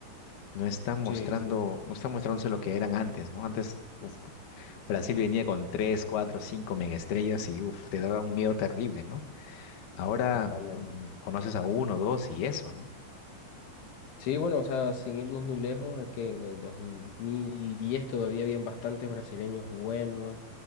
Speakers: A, on the left; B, on the left.
A: no están mostrando,
B: Sí, sí,
A: no están mostrándose lo que eran antes, ¿no? Antes, uf, Brasil venía con tres, cuatro, cinco mega estrellas y uf, te daba un miedo terrible, ¿no? Ahora
B: totalmente.
A: mm, conoces a uno, dos y eso, ¿no?
B: Sí, bueno, o sea, sin irnos muy lejos, es que en el dos mil diez todavía habían bastantes brasileños buenos.